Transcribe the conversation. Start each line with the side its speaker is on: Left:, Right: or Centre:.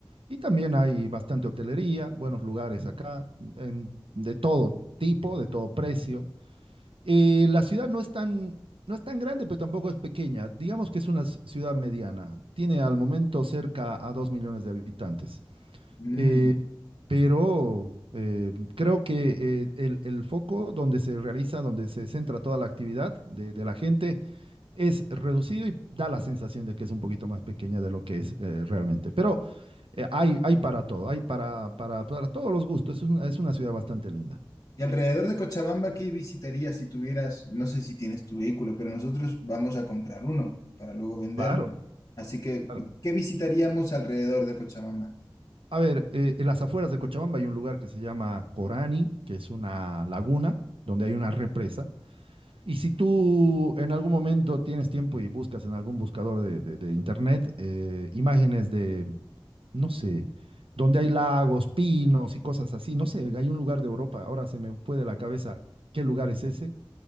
Right: y también hay bastante hotelería, buenos lugares acá, en- de todo tipo, de todo precio. Y la ciudad no es tan, no es tan grande, pero tampoco es pequeña. Digamos que es una ci- ciudad mediana. Tiene al momento cerca a dos millones de habitantes.
Left: Mm.
Right: Eh, pero eh, creo que eh, el, el foco donde se realiza, donde se centra toda la actividad de, de la gente es reducido y da la sensación de que es un poquito más pequeña de lo que es eh, realmente. Pero eh, hay, hay para todo, hay para, para, para todos los gustos. Es una, es una ciudad bastante linda.
Left: Y alrededor de Cochabamba, ¿qué visitarías si tuvieras, no sé si tienes tu vehículo, pero nosotros vamos a comprar uno para luego venderlo.
Right: Claro,
Left: Así que,
Right: claro.
Left: ¿qué visitaríamos alrededor de Cochabamba?
Right: A ver, eh, en las afueras de Cochabamba hay un lugar que se llama Corani, que es una laguna donde hay una represa. Y si tú en algún momento tienes tiempo y buscas en algún buscador de, de- de internet eh, imágenes de, no sé, donde hay lagos, pinos y cosas así, no sé, hay un lugar de Europa, ahora se me fue de la cabeza qué lugar es ese,